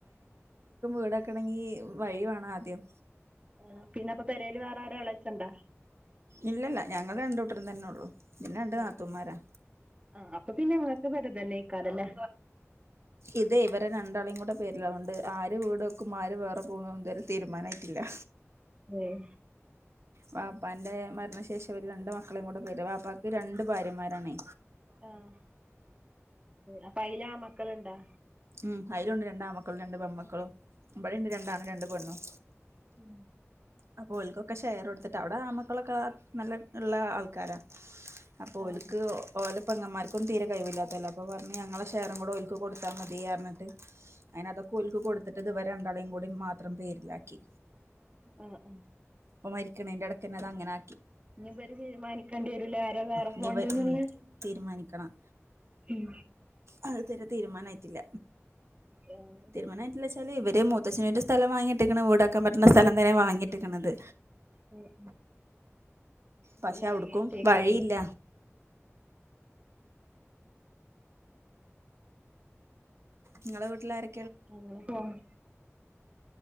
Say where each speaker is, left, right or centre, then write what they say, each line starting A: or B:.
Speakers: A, on the right; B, on the right.
A: വീടക്കണെങ്കി വഴി വേണ ആദ്യം.
B: ആ പിന്നെ അപ്പൊ പെരേൽ വേറെ ആരാ എളച്ചൻണ്ടാ?
A: ഇല്ലല്ല ഞങ്ങൾ രണ്ടൂട്ടരും തന്നെ ഉള്ളു. പിന്നെ രണ്ട് നാത്തൂന്മാരാ.
B: ആഹ് ആഹ് അപ്പൊ പിന്നെ നിങ്ങക്ക് പെര ഇതന്നെക്കാരല്ലേ.
A: ഇതേ ഇവരെ രണ്ടാളിം കൂടെ പേരിലാ അതോണ്ട് ആര് വീട് വെക്കും ആര് വേറെ പോകുംന്നൊന്നും ഇതരേ തീരുമാനായിട്ടില്ലാ.
B: ഏഹ്
A: വാപ്പാന്റെ മരണശേഷം ഇവര് രണ്ടു മക്കളിം കൂടെ പേര് വാപ്പാക്ക് രണ്ടു ഭാര്യന്മാരാണേ.
B: ആഹ് അപ്പ അയ്ലാമക്കള്ണ്ടാ?
A: ഉം അയ്ലൂണ്ട് രണ്ടാമക്കളും രണ്ട് പെൺമക്കളും, ഇബടിണ്ട് രണ്ടാണും രണ്ട് പെണ്ണും.
B: ഉം
A: അപ്പോ ഓൽക്കൊക്കെ ഷെയറൊടുത്തിട്ട് അവിടെ ആൺമക്കളൊക്കെ നല്ല ഉള്ള ആൾക്കാരാ. അപ്പൊ
B: ആഹ്
A: ഓൽക്ക് ഓല പെങ്ങന്മാർക്കൊന്നും തീരെ കഴിവില്ലാത്തതല്ലേ അപ്പൊ പറഞ്ഞ് ഞങ്ങളെ ഷെയറും കൂടെ ഓൽക്ക് കൊടുത്താ മ തീയർഞ്ഞിട്ട് അയിനതൊക്കെ ഓൽക്ക് കൊടുത്തിട്ട് ഇതു വരെ രണ്ടാളെയും കൂടി മാത്രം പേരിലാക്കി.
B: ആ അ
A: ഇപ്പൊ മരിക്കണേന്റെ എടക്കന്നെ അതങ്ങനാ
B: ഇനി ഇവര് തീരുമാനിക്കണ്ടി വരുലേ ആരാ വേറെ
A: ഇനി
B: പോണ്ട്യേന്നുള്ള.
A: ഇവ ഉം തീരുമാനിക്കണം
B: ഉം
A: അത് ഇതരെ തീരുമാനായിട്ടില്ല.
B: ഏഹ് ഉം
A: തീരുമാനായിട്ട്ല്ലാ വെച്ചാല് ഇവര് മൂത്തച്ഛൻന്റെ സ്ഥലം വാങ്ങിട്ടിക്ക്ണ് വീട ക്കാൻ പറ്റ്ണ സ്ഥലം തന്നെ വാങ്ങിട്ടിക്ണത്.
B: ഉം ഉ
A: പക്ഷെ
B: പിന്നെ
A: അവിട്ക്കും
B: ഓര് കേറ്റേക്കാരല്ലേ.
A: വഴിയില്ല നിങ്ങളെ വീട്ടിലാരെ
B: അങ്ങനെ പോണ്.